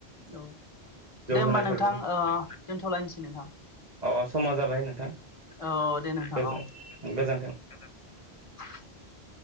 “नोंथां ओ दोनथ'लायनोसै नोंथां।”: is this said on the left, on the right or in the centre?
Left